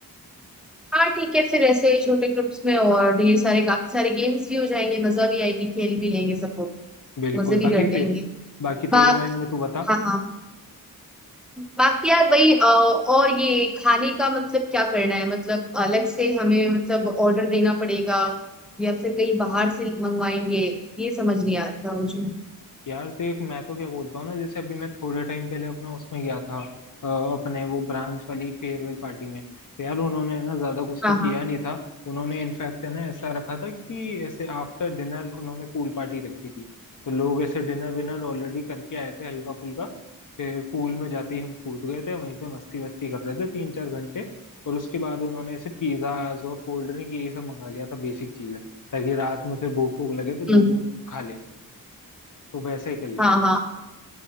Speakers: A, in the centre; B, on the left (about 60°).
A: हाँ ठीक है फिर ऐसे छोटे ग्रुप्स में और ये सारे काफी सारे गेम्स भी हो जाएंगे मजा भी आएगी खेल भी लेंगे सब लोग
B: बिल्कुल
A: मजे भी
B: बाकी
A: कर
B: ते
A: लेंगे
B: बाकी
A: बा
B: तेरे माइंड में तू बता
A: हाँ हाँ बाकी यार वही अ, और ये खाने का मतलब क्या करना है मतलब अलग से हमें मतलब ऑर्डर देना पड़ेगा या फिर कहीं बाहर से मंगवाएंगे ये समझ नहीं आ रहा मुझे
B: यार देख मैं तो क्या बोलता हूँ ना जैसे अभी मैं थोड़े टाइम पहले अपना उसमें गया था अ, अपने वो ब्रांच वाली फेयरवेल पार्टी में तो यार उन्होंने है ना ज्यादा कुछ
A: हाँ
B: तो किया
A: हाँ
B: नहीं था उन्होंने इनफैक्ट है ना ऐसा रखा था कि ऐसे आफ्टर डिनर उन्होंने पूल पार्टी रखी थी तो लोग ऐसे डिनर विनर ऑलरेडी करके आए थे हल्का फुल्का फिर पूल में जाते ही हम कूद गए थे वहीं पे मस्ती वस्ती कर रहे थे तीन चार घंटे और उसके बाद उन्होंने ऐसे पिज्जाज और कोल्ड ड्रिंक ये सब मंगा लिया था बेसिक चीजें ताकि रात में फिर भूख भूख लगे तो जो
A: हम्म,
B: भी खा ले तो वैसा ही कर लेंगे
A: हाँ हाँ